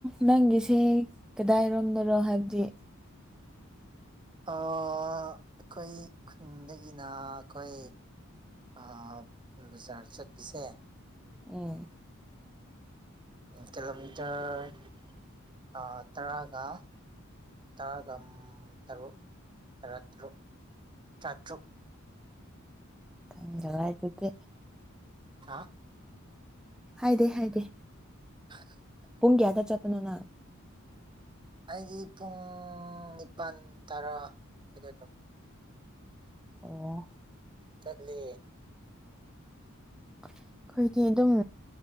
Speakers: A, in the centre; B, on the right.
A: ꯅꯪꯒꯤꯁꯦ ꯀꯗꯥꯏꯔꯣꯝꯅꯔꯣ ꯍꯥꯏꯕꯗꯤ
B: ꯑꯩꯈꯣꯏ ꯈꯨꯟꯗꯒꯤꯅ ꯑꯩꯈꯣꯏ ꯥꯑ ꯕꯖꯥꯔ ꯆꯠꯄꯁꯦ
A: ꯎꯝ
B: ꯀꯤꯂꯣꯃꯤꯇꯔ ꯇꯔꯥꯒ ꯇꯔꯥꯒ ꯇꯔꯨꯛ ꯇꯔꯥꯇꯔꯨꯛ ꯇꯔꯥꯇꯔꯨꯛ
A: ꯈꯪꯗꯔꯩ ꯑꯗꯨꯗꯤ
B: <unintelligible>
A: ꯍꯥꯏꯗꯦ ꯍꯥꯏꯗꯦ
B: <inaudible>
A: ꯄꯨꯡ ꯀꯌꯥꯗ ꯆꯠꯇꯄꯅꯣ ꯅꯪ
B: ꯑꯩꯗꯤ ꯄꯨꯡ ꯅꯤꯄꯥꯜ ꯇꯔꯥ ꯑꯗꯨꯗ ꯑꯗꯨꯝ
A: ꯑꯣ
B: ꯆꯠꯂꯤ
A: ꯑꯩꯈꯣꯏꯒꯤ ꯑꯗꯨꯝ